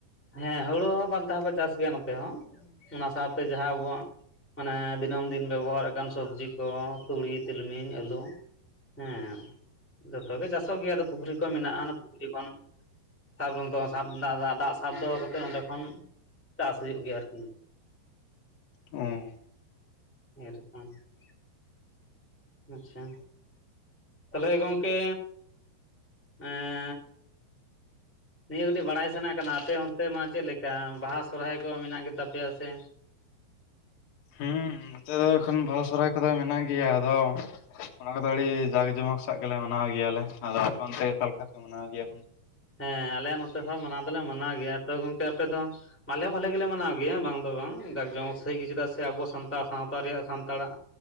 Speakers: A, in the centre; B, on the left (about 60°).
A: ᱦᱮᱸ ᱦᱩᱲᱩ ᱦᱚᱸ ᱵᱟᱨ ᱫᱷᱟᱣ ᱠᱚ ᱪᱟᱥ ᱜᱮᱭᱟ ᱱᱚᱛᱮ ᱦᱚᱸ ᱚᱱᱟ ᱥᱟᱶᱛᱮ ᱡᱟᱦᱟᱸ ᱟᱵᱚᱣᱟᱜ ᱢᱟᱱᱮ ᱫᱤᱱᱟᱹᱢ ᱫᱤᱱ ᱵᱮᱵᱚᱦᱟᱨ ᱟᱠᱟᱱ ᱥᱚᱵᱡᱤ ᱠᱚ ᱛᱩᱲᱤ ᱛᱤᱞᱢᱤᱧ ᱟᱹᱞᱩ, ᱦᱮᱸ ᱡᱚᱛᱚᱜᱮ ᱪᱟᱥᱚᱜ ᱜᱮᱭᱟ ᱟᱫᱚ ᱯᱩᱠᱷᱨᱤ ᱠᱚ ᱢᱮᱱᱟᱜᱼᱟ, ᱚᱱᱟ ᱯᱩᱠᱷᱨᱤ ᱠᱷᱚᱱ ᱥᱟᱵ ᱥᱟᱵ ᱫᱟᱵ ᱫᱟᱜ ᱥᱟᱵ ᱫᱚᱦᱚ ᱠᱟᱛᱮᱫ ᱚᱸᱰᱮ ᱠᱷᱚᱱ ᱪᱟᱥ ᱦᱩᱭᱩᱜ ᱜᱮᱭᱟ ᱟᱨᱠᱤ᱾
B: ᱦᱩᱸᱻ
A: <inaudible> ᱟᱪᱪᱷᱟ, ᱛᱟᱦᱚᱞᱮ ᱜᱚᱝᱠᱮ <unintelligible> ᱱᱤᱭᱟᱹ ᱠᱟᱹᱴᱤᱡ ᱵᱟᱲᱟᱭ ᱥᱟᱱᱟ ᱠᱟᱱᱟ ᱟᱯᱮ ᱚᱱᱛᱮ ᱢᱟ ᱪᱮᱫ ᱞᱮᱠᱟ ᱵᱟᱦᱟ ᱥᱚᱦᱚᱨᱟᱭ ᱠᱚ ᱢᱮᱱᱟᱜ ᱜᱮᱛᱟ ᱯᱮᱭᱟ ᱥᱮ
B: ᱦᱩᱸ ᱱᱚᱛᱮ ᱫᱚ ᱮᱠᱷᱚᱱ ᱵᱟᱦᱟ ᱥᱚᱦᱚᱨᱟᱭ ᱠᱚᱫᱚ ᱢᱮᱱᱟᱜ ᱜᱮᱭᱟ᱾ ᱟᱫᱚ ᱚᱱᱟ ᱠᱚᱫᱚ ᱟᱹᱰᱤ ᱡᱟᱸᱠ ᱡᱚᱢᱚᱠ ᱥᱟᱜ ᱜᱮᱞᱮ ᱢᱟᱱᱟᱣ ᱜᱮᱭᱟᱞᱮ ᱟᱫᱚ ᱟᱯᱮ ᱚᱱᱛᱮ ᱚᱠᱟ ᱞᱮᱠᱟ ᱯᱮ ᱢᱟᱱᱟᱣ ᱜᱮᱭᱟ᱾
A: ᱦᱮ ᱟᱞᱮ ᱱᱚᱛᱮ ᱦᱚᱸ ᱢᱟᱱᱟᱣ ᱫᱚᱞᱮ ᱢᱟᱱᱟᱣ ᱜᱮᱭᱟ ᱛᱚ ᱜᱚᱝᱠᱮ ᱟᱯᱮ ᱫᱚ ᱟᱞᱮ ᱵᱷᱟᱞᱮ ᱜᱮᱞᱮ ᱢᱟᱱᱟᱣ ᱜᱮᱭᱟ ᱵᱟᱝ ᱫᱚ ᱵᱟᱝ ᱫᱟᱠ ᱡᱚᱢᱚᱠ ᱥᱟᱹᱦᱤᱡ ᱜᱮ ᱪᱮᱫᱟᱜ ᱥᱮ ᱟᱵᱚᱣᱟᱜ ᱥᱟᱱᱛᱟᱲ ᱥᱟᱶᱛᱟ ᱨᱮᱭᱟᱜ ᱥᱟᱱᱛᱟᱲᱟᱜ,